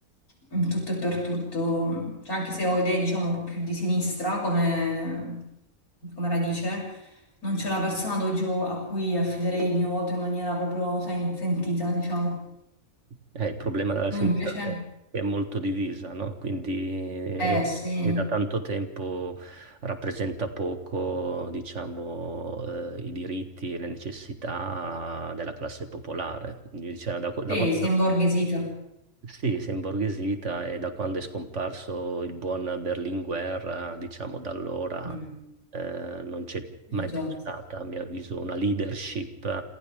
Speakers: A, on the left; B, on the right.
A: in tutto e per tutto, Cioè, anche se ho idee diciamo un po' più di sinistra come, come radice. Non c'è una persona ad oggi a cui affiderei il mio voto in maniera proprio, sai, sentita, diciamo.
B: Eh, il problema della
A: Tu
B: sinistra
A: invece?
B: è che che è molto divisa, no? Quindi
A: Eh
B: eh,
A: sì,
B: e da tanto tempo rappresenta poco, diciamo, eh, i diritti e le necessità della classe popolare. Quindi, diciamo, da, qua-
A: sì,
B: da quando
A: si è imborghesito.
B: sì, si è imborghesita e da quando è scomparso il buon Berlinguer, diciamo da allora
A: Mm,
B: eh, non c'è mai
A: eh già.
B: più stata, a mio avviso, una leadership